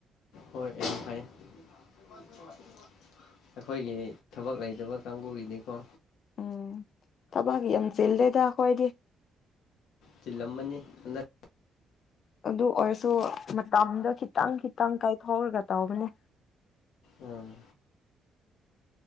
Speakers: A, on the left (about 85°); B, on the left (about 60°).
A: ꯍꯣꯏ ꯌꯥꯝ ꯐꯩ ꯑꯩꯈꯣꯏꯒꯤ ꯊꯕꯛ ꯂꯩꯇꯕ ꯀꯥꯡꯒꯨꯒꯤꯗꯤꯀꯣ
B: ꯎꯝ ꯊꯕꯛ ꯌꯥꯝ ꯆꯤꯜꯂꯦꯗ ꯑꯩꯈꯣꯏꯗꯤ
A: ꯆꯤꯜꯂꯝꯃꯅꯤ ꯍꯟꯗꯛ
B: ꯑꯗꯨ ꯑꯣꯏꯔꯁꯨ ꯃꯇꯝꯗ ꯈꯤꯇꯪ ꯈꯤꯇꯪ ꯀꯥꯏꯊꯣꯛꯔꯒ ꯇꯧꯕꯅꯦ
A: ꯎꯝ